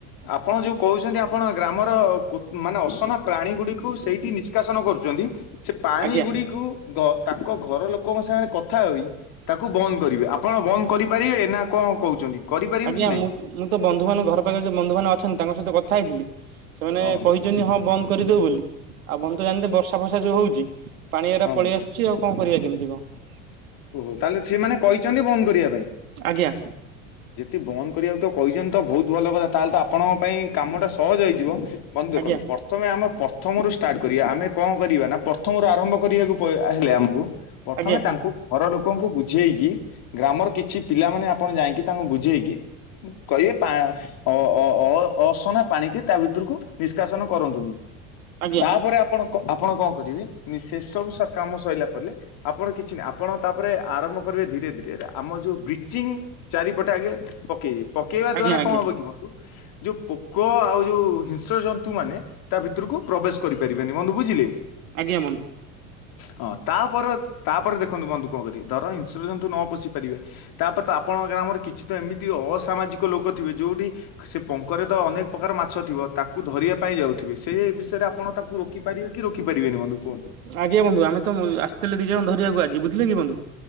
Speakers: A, on the left (about 60°); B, on the right (about 85°).
A: ଆପଣ ଯୋଉ କହୁଛନ୍ତି ଆପଣ ଗ୍ରାମର କୁ ମାନେ ଅସନା ପ୍ରାଣୀ ଗୁଡିକୁ ସେଇଠି ନିଷ୍କାସନ କରୁଛନ୍ତି ସେ ପାଣି
B: ଆଜ୍ଞା।
A: ଗୁଡ଼ିକୁ ତ ତାଙ୍କ ଘର ଲୋକଙ୍କ ସାଙ୍ଗରେ କଥା ହୋଇ ତାକୁ ବନ୍ଦ କରିବେ ଆପଣ ବନ୍ଦ କରି ପାରିବେ ନା କଣ କହୁଛନ୍ତି? କରିପାରିବେ
B: ଆଜ୍ଞା
A: କି ନାହିଁ
B: ମୁଁ ମୁଁ ତ ବନ୍ଧୁ ମାନ ଘର ପାଖରେ ଯୋଉ ବନ୍ଧୁ ମାନ ଅଛନ୍ତି ତାଙ୍କ ସହିତ କଥା ହେଇଥିଲି ସେମାନେ
A: ହଁ ବନ୍ଧୁ
B: କହି ଛନ୍ତି ହଁ ବନ୍ଦ କରିଦେଉ ବୋଲି ଆଉ ବନ୍ଧୁ ତ ଜାଣିନ୍ତେ ବର୍ଷା ଫର୍ଷା ଯେଉଁ ହେଉଛି ପାଣି ଏରା
A: ହଁ ବନ୍ଧୁ
B: ପଳେଇ ଆସୁଛି ଆଉ କଣ କରିବା କେମିତି କଣ?
A: ଓହୋ ତାହେଲେ ସେମାନେ କହିଛନ୍ତି ବନ୍ଦ କରିବା ପାଇଁ
B: ଆଜ୍ଞା
A: ଯେ ଯଦି ବନ୍ଦ କରିବାକୁ ତ କହିଛନ୍ତି ତ ବହୁତ ଭଲ କଥା ତାହେଲେ ତ ଆପଣଙ୍କ ପାଇଁ କାମ ଟା ସହଜ ହେଇଯିବ ବନ୍ଧୁ ଦେଖନ୍ତୁ
B: ଆଜ୍ଞା
A: ପ୍ରଥମେ ଆମେ ପ୍ରଥମରୁ ଷ୍ଟାର୍ଟ କରିବା ଆମେ କଣ କରିବା ନା ପ୍ରଥମରୁ ଆରମ୍ଭ କରିବାକୁ ପ ହେଲେ ଆମକୁ ପ୍ରଥମେ
B: ଆଜ୍ଞା
A: ତାଙ୍କୁ ଘର ଲୋକଙ୍କୁ ବୁଝେଇକି ଗ୍ରାମର କିଛି ପିଲାମାନେ ଆପଣ ଯାଇକି ତାଙ୍କୁ ବୁଝେଇକି କହିବେ ପା ଅ ଅ ଅ ଅସନା ପାଣିିକି ତା ଭିତରକୁ ନିଷ୍କାସନ କରନ୍ତୁନି
B: ଆଜ୍ଞା
A: ତାପରେ ଆ ଆପଣ ଆପଣ କଣ କରିବେ ସେ ସବୁ କାମ ସରିଲା ପରେ ଆପଣ କିଛି ନାଇ ଆ ଆପଣ ତାପରେ ଆରମ୍ଭ କରିବେ ଧୀରେ ଧୀରେ ଆମ ଯୋଉ ବ୍ଲିଚିଂ ଚାରିପଟେ ଆଗେ ପକେଇିବେ ପକେଇବା
B: ଆଜ୍ଞା
A: ଦ୍ଵାରା କଣ
B: ଆଜ୍ଞା।
A: ହବ କି ବନ୍ଧୁ ଯୋଉ ପୋକ ଆଉ ଯୋଉ ହିଂସ୍ର ଜନ୍ତୁ ମାନେ ତା ଭିତରକୁ ପ୍ରବେଶ କରିପାରିବେନି ବନ୍ଧୁ ବୁଝିଲେ?
B: ଆଜ୍ଞା ବନ୍ଧୁ।
A: ହଁ ତାପରେ ତାପରେ ଦେଖନ୍ତୁ ବନ୍ଧୁ କଣ କରିବେ ଧର ଇସ୍ର ଜନ୍ତୁ ନ ପଶି ପାରିବେ ତାପରେ ତ ଆପଣଙ୍କ ଗ୍ରାମରେ କିଛି ତ ଏମିତି ଅସାମାଜିକ ଲୋକ ଥିବେ ଯୋଉଠି ସେ ପଙ୍କରେ ତ ଅନେକ ପ୍ରକାର ମାଛ ଥିବ ତାକୁ ଧରିବା ପାଇଁ ଯାଉଥିବେ ସେ ବିଷୟରେ ଆପଣ ତାକୁ ରୋକି ପାରିବେ କି ରୋକିପାରିବେନି କୁହନ୍ତୁ ବନ୍ଧୁ?
B: ଆଜ୍ଞା ବନ୍ଧୁ ଆମେତ ଆସିଥିଲେ ଦିଇ ଜଣ ଧରିବାକୁ ଆଜି ବୁଝିଲେ କି ବନ୍ଧୁ?